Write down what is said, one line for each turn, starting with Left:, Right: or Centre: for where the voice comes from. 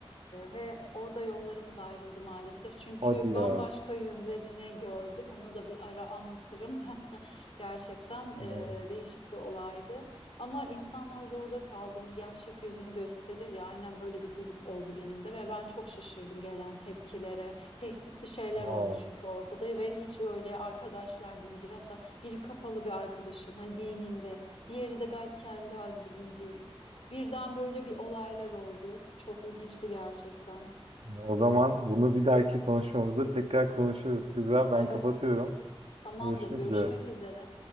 Left: ve orada yollarımız ayrıldı maalesef. Çünkü
Right: Hadi
Left: bambaşka
Right: ya.
Left: yüzlerini gördüm. Onu da bir ara anlatırım. <laughs> Gerçekten e,
Right: Ya.
Left: değişik bir olaydı. Ama insanlar zorda kaldığını, gerçek yüzünü gösterir ya. Aynen böyle bir durum oldu benim de ve ben çok şaşırdım gelen tepkilere. Tehditli şeyler
Right: Aa.
Left: oldu çünkü ortada ve hiç öyle arkadaşlar değildir. Hatta biri kapalı bir arkadaşım, hani dininde, diğeri de gayet kendi halinde bildiğim. Birden böyle bir olaylar oldu. Çok ilginçti gerçekten.
Right: ya O zaman bunu bir dahaki konuşmamızda tekrar konuşuruz. Kübra
Left: Evet,
Right: ben kapatıyorum.
Left: tamamdır.
Right: Görüşmek
Left: Görüşmek
Right: üzere.
Left: üzere.